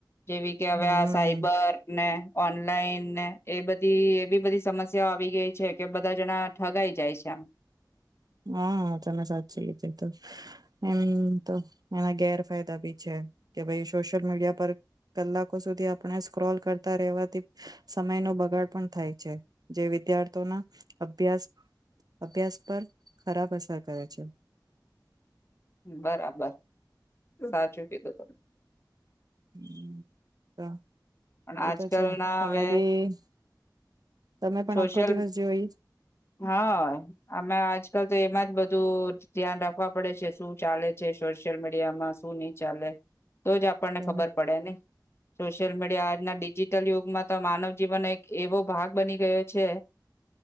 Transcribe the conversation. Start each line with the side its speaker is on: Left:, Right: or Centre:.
Left: જેવી કે હવે
Right: હમ
Left: આ સાઈબર ને ઓનલાઈનને એ બધી એવી બધી સમસ્યાઓ આવી ગઈ છે કે બધા જણા ઠગાઈ જાય છે આમ
Right: હા તમે સાચી છે તો એમ તો એના ગેરફાયદા બી છે કે ભાઈ સોશિયલ મીડિયા પર કલાકો સુધી આપણે સ્ક્રોલ કરતા રહેવાથી સમય ન બગાડ પણ થાય છે જે વિદ્યાર્થીઓના અભ્યાસ અભ્યાસ પર ખરાબ અસર કરે છે
Left: બરાબર સાચું કીધું તમે
Right: હમ તો
Left: પણ આજકાલ
Right: એ તો છે
Left: ના
Right: તમે
Left: હવે
Right: બી તમે પણ
Left: સોશિયલ
Right: આખો દિવસ જોઈશ
Left: હા આમે આજકાલ તો એમાં જ બધું ધ્યાન રાખવા પડે છે શું ચાલે છે સોશિયલ મીડિયામાં શું નઈ ચાલે તો જ આપણને
Right: હમ
Left: ખબર પડે ને સોશિલ મીડિયા આજના ડિજટ લ યુગમાં તો માનવ જીવન એક એવો ભાગ બની ગયો છે